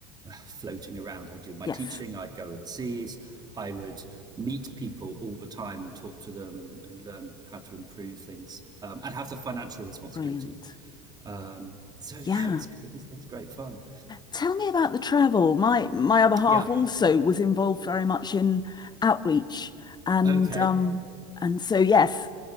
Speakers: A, on the right (about 20°); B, on the left (about 25°).
A: floating around. I'd do my
B: yes,
A: teaching, I'd go overseas, I would meet people all the time and talk to them and, and learn how to improve things um, and have the financial responsibility.
B: brilliant.
A: Um, so yeah,
B: Yeah.
A: it was, it was it was great fun.
B: Tell me about the travel. My my other half
A: Yeah.
B: also was involved very much in outreach and
A: Okay.
B: um and so yes,